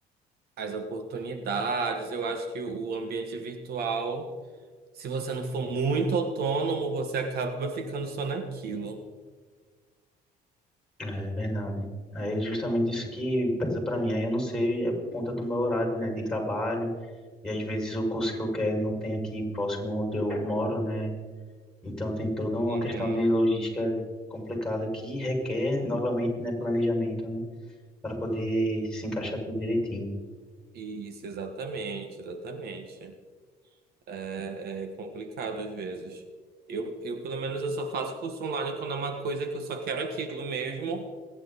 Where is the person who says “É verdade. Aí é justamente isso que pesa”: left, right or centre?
Centre